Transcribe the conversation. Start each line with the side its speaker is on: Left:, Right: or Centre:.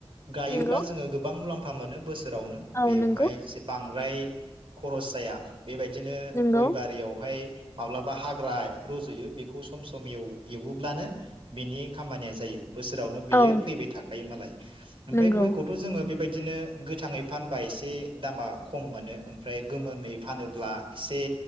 Right: गायोब्ला
Left: नंगौ
Right: जोङो गोबां मुलाम्फा <unintelligible> मोनो बोस रावनो
Left: औ
Right: बेवहाय
Left: नंगौ
Right: एसे बां फ्राय खरस जाया बेबायदिनो
Left: नंगौ
Right: गय बारियावहाय माब्लाबा हाग्रा रज'यो बेखौ सम सम एवोब्लानो बिनि खामानिया जायो बोसोरावनो बियो
Left: औ
Right: फैबाय थाखायोमालाय ओमफ्राय
Left: नंगौ
Right: गयखौथ' जोङो बेबायदि बिदिनो गोथाङै फानबा एसे दामा खम मोनो ओम फ्राय गोमोनै फानोब्ला एसे